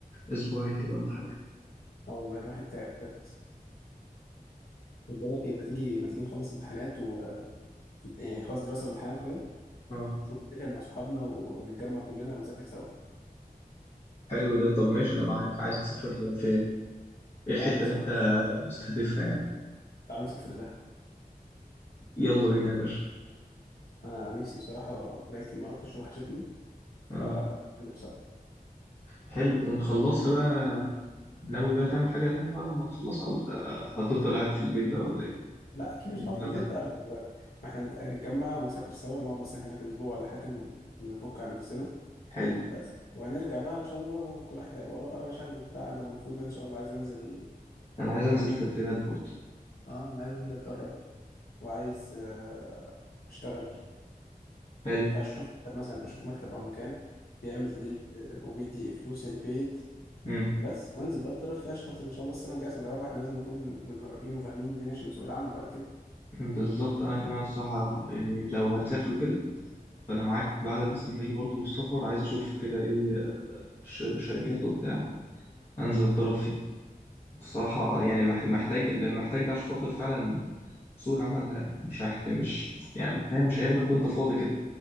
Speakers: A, on the left (about 40°); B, on the left (about 75°).
A: اسبوعين كده ولا حاجه
B: اه والله الواحد تعب بجد طب بقول لك ايه ما تيجي ما تيجي نخلص امتحانات و يعني خلاص دراسه وامتحانات وكده
A: اه
B: ونتفق مع اصحابنا و... ونتجمع كلنا ونسافر سوا
A: حلو ده طب ماشي انا معاك عايز تسافر فين ايه الحتة
B: تعالوا نسافر
A: اللي انت مستهدفها يعني
B: تعالوا نسافر ده
A: يلا بينا يا باشا
B: انا نفسي بصراحه بقالي كتير ما رحتش وحشتني
A: اه
B: ف نروح سوا
A: حلو ونخلصها بقى ناوي بقى تعمل حاجة تانية بعد ما نخلصها ولا هتفضل قاعد في البيت بقى ولا ايه
B: لا اكيد
A: إيه اللي
B: مش
A: انت
B: هقعد في
A: ناوي
B: البيت
A: تعمله
B: بقى ما هو- ما احنا نت- نتجمع ونسافر سوا نقعد مثلا هناك اسبوع ولا حاجه ن- نفك عن نفسنا
A: حلو
B: بس وهنرجع بقى ان شاء الله كل واحد هيبقى وراه بقى مشاغله بتاع انا المفروض ان شاء الله عايز انزل
A: انا عايز
B: اه
A: انزل تدريبات برضه
B: آه، انا عايز انزل اتدرب وعايز آه اشتغل
A: حلو
B: فاشوف طب مثلا اشوف مكتب او مكان بيعمل تدريب آه، وبيدي فلوس يعني بيد
A: امم
B: بس وانزل بقى اتدرب فيها عشان خاطر ان شاء الله السنه الجايه سنه رابعه احنا لازم نكون متدربين وفاهمين الدنيا عشان سوق العمل بعد كده
A: بالظبط انا كمان الصراحه يعني لو هنسافر كده فانا معاك بعد مثلا ما نيجي برضو من السفر عايز اشوف كده ايه ش- شركات وبتاع انزل اتدرب فيها الصراحه
B: فاهم؟
A: يعني مح- محتاج اللي محتاج ده عشان خاطر فعلا سوق العمل ه- مش هيحت مش يعني فاهم مش هياخدك وانت فاضي كده